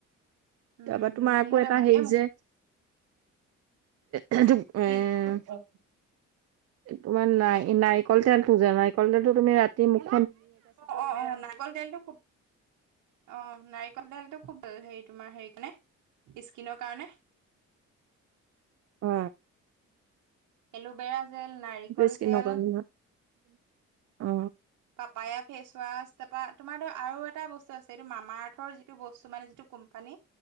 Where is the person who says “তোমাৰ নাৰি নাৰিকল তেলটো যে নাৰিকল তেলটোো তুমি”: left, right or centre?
Right